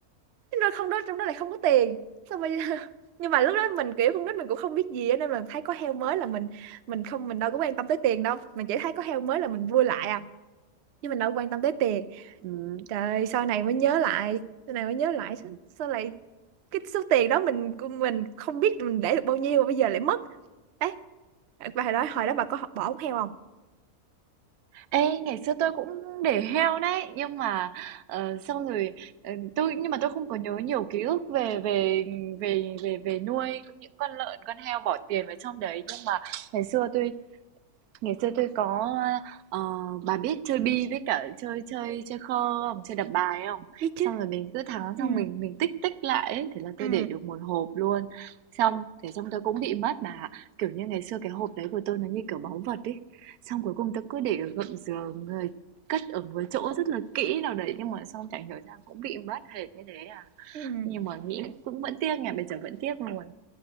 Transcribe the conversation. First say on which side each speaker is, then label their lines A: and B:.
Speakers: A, on the right; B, on the right.
A: nhưng mà không đó trong đó lại không có tiền xong rồi <laughs> nhưng mà lúc đó mình kiểu con nít mình cũng không biết gì á, nên là thấy có heo mới là mình mình không mình đâu có quan tâm tới tiền đâu mình chỉ thấy có heo mới là mình vui lại à chứ mình đâu có quan tâm tới tiền
B: Ừ.
A: trời sau này mới nhớ lại sau này mới nhớ lại sao, sao lại cái số tiền đó mình mình không biết mình để được bao nhiêu mà bây giờ lại mất đấy và hồi đó hồi đó bà có bỏ ống heo không
B: Ê, ngày xưa tôi cũng để heo đấy nhưng mà ờ, xong rồi ờ, tôi nhưng mà tôi không có nhớ nhiều ký ức về về về về về nuôi cũng những con lợn con heo bỏ tiền vào trong đấy nhưng mà ngày xưa tôi Ngày xưa tôi có, ờ, bà biết chơi bi với cả chơi chơi chơi khơ không? Chơi đập bài không?
A: biết chứ
B: Xong rồi mình cứ thắng
A: ừ
B: xong mình mình tích tích lại ấy. Thế là tôi
A: ừ
B: để được một hộp luôn. Xong thế xong tôi cũng bị mất mà Kiểu như ngày xưa cái hộp đấy của tôi nó như kiểu báu vật ý. Xong cuối cùng tôi cứ để ở gầm giường người cất ở một chỗ rất là kỹ nào đấy nhưng mà xong chẳng hiểu ra cũng bị mất hệt như thế à.
A: ừ
B: Nhưng mà nghĩ cũng vẫn tiếc nhỉ, bây giờ vẫn tiếc luôn.